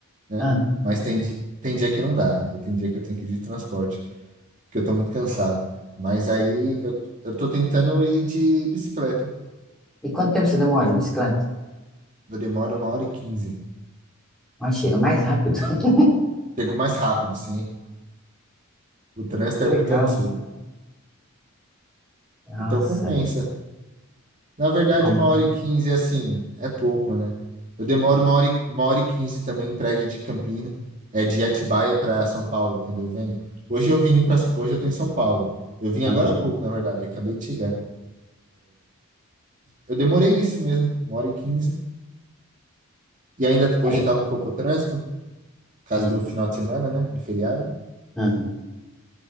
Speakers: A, on the right (about 35°); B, in the centre.
A: né?
B: Ah,
A: Mas tem, di- tem dia que não dá. e Tem dia que eu tenho que ir de transporte, porque eu tô muito cansado. Mas aí eu, eu tô tentando ir de bicicleta.
B: e quanto tempo você demora de bicicleta?
A: Eu demoro uma hora e quinze.
B: Mas chega mais rápido. <laughs>
A: Chego mais rápido, sim. O trânsito
B: Que
A: é
B: legal.
A: muito absurdo.
B: Nossa,
A: Então compensa.
B: é
A: Na verdade,
B: compensa.
A: uma hora e quinze, assim, é pouco, né? Eu demoro uma hora e, uma hora e quinze também pra ir de Campinas, é, de Atibaia para São Paulo, quando eu venho. Hoje eu vim para hoje eu tô em São Paulo. Eu vim
B: Uhum.
A: agora há pouco, na verdade, eu acabei de chegar. Eu demorei isso mesmo, uma hora e quinze. E ainda t- hoje
B: É,
A: tava um pouco o trânsito, por causa
B: uhum,
A: do final de semana, né? Do feriado.
B: uhum.